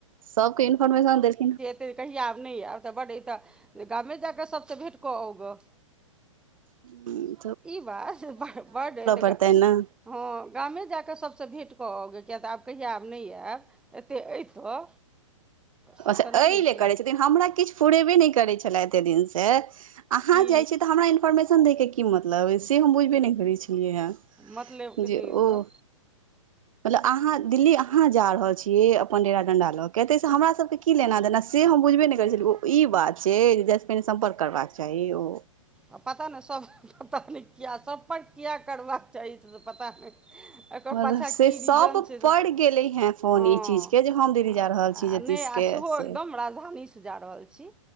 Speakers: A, on the right; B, in the centre.
A: सबके इन्फोरमेशन देलखिन
B: ते कहिया आएब नै आएब तऽ बड ई तऽ गामे जा के सबसे भेट कऽ आउ गऽ।
A: हुं।
B: ई बात बड, बड ऐ तऽ
A: पड़तै
B: ग
A: ने
B: हां गामे जाकऽ सबसे भेट कऽ आउ गे किया तऽ आब कहिया आएब नै आएब एते ऐ तऽ से
A: अच्छा
B: तऽ नहि
A: ए
B: अइ
A: लेल
B: फेर
A: करै छथिन, हमरा किछ फुरैबे नै करै छला एते दिन से। अहाँ
B: की
A: जाय छियै तऽ हमरा इन्फॉर्मेशन दैके की मतलब से हम बुझबे नै करै छलियै या।
B: मतलबके
A: जे
B: नहि अइ
A: ओ
B: तऽ
A: मतलब अहाँ, दिल्ली अहाँ जा रहल छी अपन डेरा डंडा ल के तैसे हमरा सब के की लेना-देना से हम बुझबे नै
B: नहि
A: करै छलियै ओ ई बात छै जे जाय से पहिने सम्पर्क करबाक चाही ओ।
B: आ पता नै सब पता नै किया संपर्क किया करबाक चाही। से पता नै। एकर
A: मतलब
B: पाछा
A: से
B: की
A: सभ
B: रीजन छै
A: पड़ि
B: से तऽ
A: गेलै हेँ फोन
B: हां
A: ई चीजके जे हम दीदी
B: आ
A: जा रहल छी
B: आ
A: जतीशके
B: नै आ सेहो
A: से
B: एकदम राजधानी से जा रहल छी।